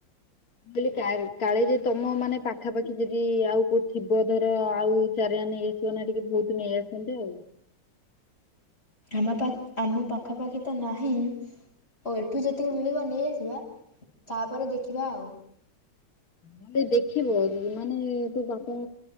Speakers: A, on the left; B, on the left.
A: କହିଲି କାଳେ କାଳେ ଯଦି ତମ ମାନେ ପାଖାପାଖି ଯଦି ଆଉ କୋଉ ଥିବ ଧର ଆଉ ଚାରା ନେଇଆସିବ ନା ଟିକେ ବହୁତ ନେଇଆସନ୍ତେ ଆଉ।
B: ଆମ ପା ଆମ ପାଖାପାଖି ତ ନାହିଁ। ଓ ଏଠୁ ଯେତିକି ମିଳିବ ନେଇଆସିବା ତାପରେ ଦେଖିବା ଆଉ।
A: ମାନେ ଦେଖିବ ମାନେ ତୋ ବାପା